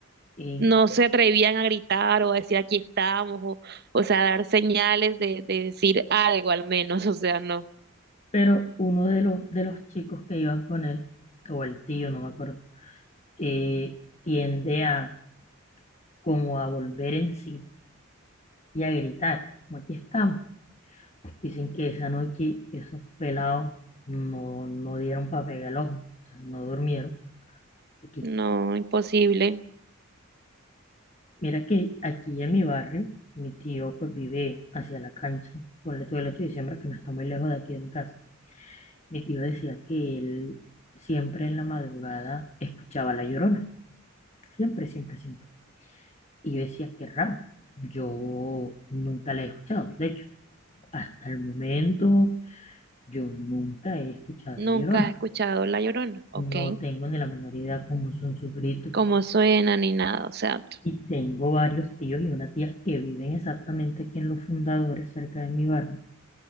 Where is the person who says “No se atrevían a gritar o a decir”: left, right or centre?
Right